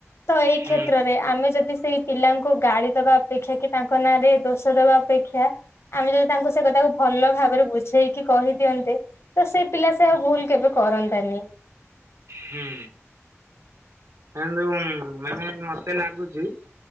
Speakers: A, on the left; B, on the right.
A: ତ ଏଇ
B: ହୁଁ
A: କ୍ଷେତ୍ରରେ ଆମେ ଯଦି ସେଇ ପିଲାଙ୍କୁ ଗାଳି ଦବା ଅପେକ୍ଷା କି ତାଙ୍କ ନାଁରେ ଦୋଷ ଦବା ଅପେକ୍ଷା ଖିଆ ଆମେ ଯଦି ତାଙ୍କୁ ସେ କଥାକୁ ଭଲ ଭାବରେ ବୁଝେଇ କି କହିଦିଅନ୍ତେ ତ ସେ ପିଲା ସେ ଆଉ ଭୁଲ୍ କେବେ କରନ୍ତାନି।
B: ହୁଁ ହିଲୁମ୍ ମାନେ ମତେ ଲାଗୁଛି